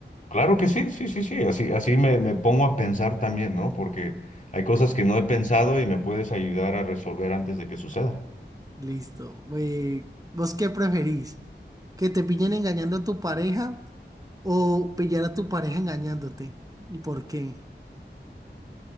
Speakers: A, on the left; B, on the right.
A: Claro que sí, sí, sí, sí, así, así me, me pongo a pensar también, ¿no? Porque hay cosas que no he pensado y me puedes ayudar a resolver antes de que suceda.
B: Listo. Eh, ¿vos qué preferís? que te pillen engañando a tu pareja o pillar a tu pareja engañándote. ¿Y por qué?